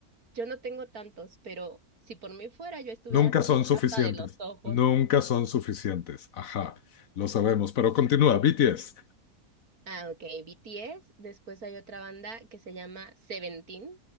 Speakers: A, on the right (about 65°); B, on the left (about 65°).
A: Yo no tengo tantos, pero si por mí fuera, yo estuviera
B: Nunca
A: tatuada
B: son suficientes,
A: hasta de los ojos.
B: nunca son suficientes. Ajá, lo sabemos, pero continúa, BTS.
A: Ah, ok, BTS. Después hay otra banda que se llama Seventeen,